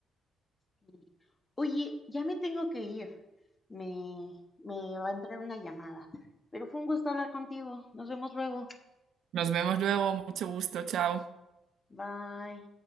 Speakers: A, on the left; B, on the right.
A: Y, Oye, ya me tengo que ir. Me, me va a entrar una llamada. Pero fue un gusto hablar contigo. Nos vemos luego.
B: Nos vemos luego, mucho gusto, chao.
A: Bye.